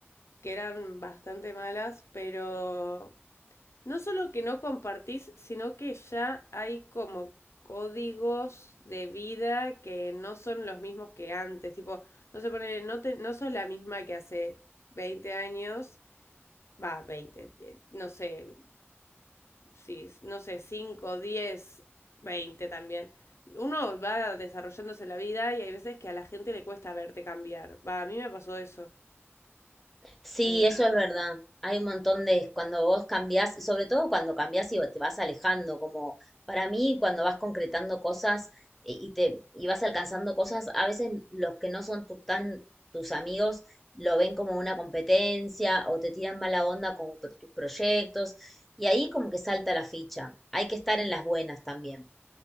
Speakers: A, on the left (about 75°); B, in the centre.
A: que eran bastante malas, pero No solo que no compartís, sino que ya hay como códigos de vida que no son los mismos que antes. Tipo, no se pone, no, te, no sos la misma que hace 20 años, va, 20, eh, no sé, sí, no sé, 5, 10, 20 también. Uno va desarrollándose la vida y hay veces que a la gente le cuesta verte cambiar. Va, a mí me pasó eso.
B: Sí,
A: Em,
B: eso es verdad. Hay un montón de, cuando vos cambiás, sobre todo cuando cambiás y te vas alejando, como para mí cuando vas concretando cosas y y te y vas alcanzando cosas, a veces los que no son tu- tan tus amigos lo ven como una competencia o te tiran mala onda con pro- tus proyectos y ahí como que salta la ficha. Hay que estar en las buenas también.